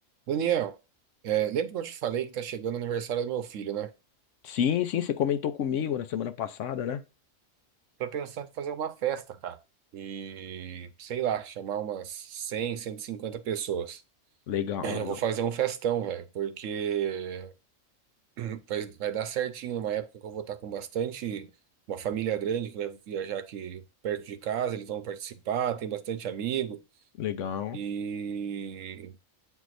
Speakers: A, on the right; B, on the left.
A: Daniel, é, lembra que eu te falei que tá chegando o aniversário do meu filho, né?
B: Sim, sim, você comentou comigo na semana passada, né?
A: Tô pensando em fazer uma festa, cara. E, sei lá, chamar umas cem, cento e cinquenta pessoas.
B: Legal,
A: <clears throat> Eu
B: legal,
A: vou fazer um festão, velho, porque <clears throat> vai, vai dar certinho numa época que eu vou estar com bastante, uma família grande que vai viajar aqui perto de casa, eles vão participar, tem bastante amigo.
B: legal.
A: E